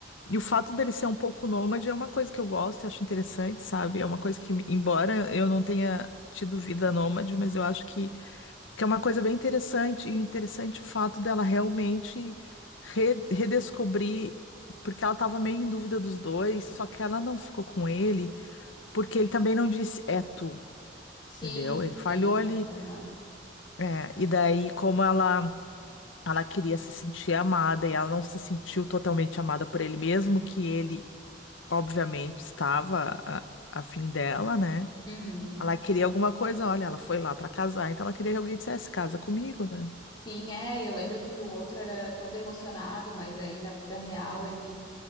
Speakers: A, on the left; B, on the left.
A: E o fato dele ser um pouco nômade é uma coisa que eu gosto, eu acho interessante, sabe? É uma coisa que, embora eu não tenha tido vida nômade, mas eu acho que que é uma coisa bem interessante, e interessante o fato dela realmente re- redescobrir, porque ela estava meio em dúvida dos dois, só que ela não ficou com ele, porque ele também não disse é tu,
B: Sim,
A: entendeu? Ele falhou
B: sim, eu
A: ali.
B: lembro. aham.
A: É, e daí, como ela, ela queria se sentir amada e ela não se sentiu totalmente amada por ele, mesmo que ele, obviamente, estava a, a fim dela, né?
B: Uhum.
A: Ela queria alguma coisa, olha, ela foi lá para casar, então ela queria que alguém dissesse casa comigo, né?
B: Sim, é, eu lembro que o outro era todo emocionado, mas aí na vida real ele,